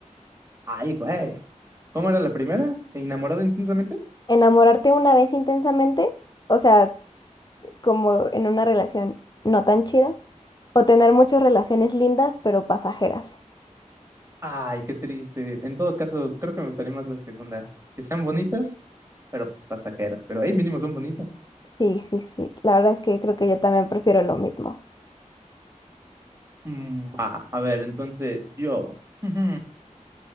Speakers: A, on the right (about 25°); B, on the left (about 35°).
A: Ay, güey. ¿Cómo era la primera? ¿Enamorado intensamente?
B: ¿Enamorarte una vez intensamente? O sea, como en una relación no tan chida. ¿O tener muchas relaciones lindas pero pasajeras?
A: Ay, qué triste. En todo caso, creo que me gustaría más la segunda. Que sean bonitas, pero pues pasajeras. Pero, hey, mínimo son bonitas.
B: Sí, sí, sí. La verdad es que creo que yo también prefiero lo mismo.
A: Mm, va, a ver, entonces yo. Ujú.